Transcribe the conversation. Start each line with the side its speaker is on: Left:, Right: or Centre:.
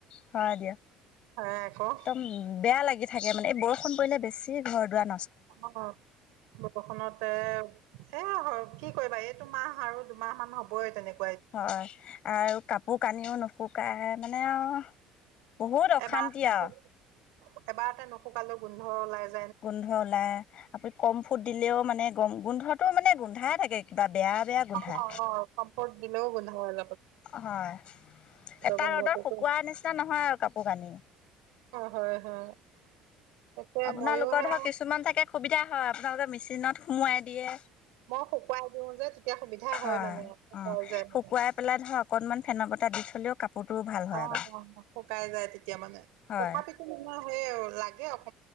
Left: হয় দিয়া।
Right: হয় আকৌ
Left: একদম বেয়া লাগি থাকে মানে, এই বৰষুণ পৰিলে বেছি ঘৰ-দুৱাৰ ন
Right: আমাৰ <unintelligible> এ কি কৰিবা! এইটো মাহ আৰু দুমাহমান হ'বই তেনেকা।
Left: হয় আৰু কাপোৰ-কানিও নুশুকায়। মানে মানে আৰু বহুত অশান্তি
Right: এবাৰ
Left: আৰু!
Right: এবাৰতে নুশুকালে গোন্ধ ওলায় যে
Left: গোন্ধ ওলায়, আপুনি কমফুট দিলেও মানে গম-গোন্ধটো মানে গোন্ধাই থাকে। কিবা বেয়া বেয়া গোন্ধাই।
Right: অ' অ' কমফৰ্ত দিলেও গোন্ধায়।
Left: হয়। এটা
Right: গোন্ধটোতো
Left: ৰ'দত শুকোৱাৰ নিচিনা নহয় আৰু, কাপোৰ-কানি।
Right: অ' হয় হয়। তাকে
Left: আপোনালোকৰ
Right: ময়ো হে,
Left: ধৰক কিছুমান থাকে সুবিধা হয়। আপোনালোকে মেচিনত সোমোৱাই দিয়ে।
Right: মই শুকুৱাই দিও যে তেতিয়া, সুবিধা
Left: হয়।
Right: মানে শুকাই
Left: অ'
Right: যায়
Left: শুকুৱাই
Right: মানে
Left: পেলাই ধৰা অকনমান ফেনৰ বতাহ দি থলেও কাপোৰটোও ভাল হয়
Right: অ'
Left: বাৰু
Right: অ' শুকাই যায় তেতিয়া মানে।
Left: হয়
Right: তথাপিতো <unintelligible> সেই লাগে <unintelligible> ৰ'দ